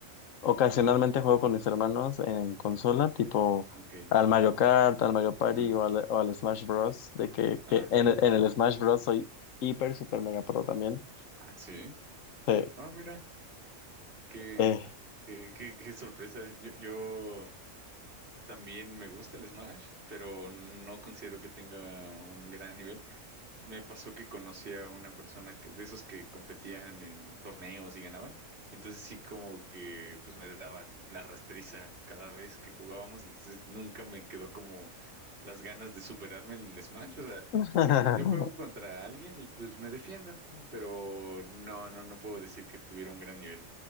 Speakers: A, on the left; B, on the right.
A: Ocasionalmente juego con mis hermanos en consola, tipo
B: ok.
A: al Mario Kart, al Mario Party
B: Ajá.
A: o al, o al Smash Bros. De que,
B: Ah,
A: que en,
B: ya.
A: el- en
B: ya.
A: el Smash Bros. soy hiper, super mega pro también.
B: Ah, sí.
A: Sí,
B: Ah, mira, qué,
A: eh.
B: Qué, qué- qué sorpresa. Yo, yo también me gusta el Smash, pero no considero que tenga un gran nivel. Me pasó que conocí a una persona que, de esos que competían en torneos y ganaban. Entonces sí como que pues me daba la rastriza cada vez que jugábamos. Entonces nunca me quedó como las ganas de superarme en el Smash. O sea,
A: <laughs>
B: yo juego contra alguien y pues me defiendo, ¿no? pero no, no, no puedo decir que tuviera un gran nivel.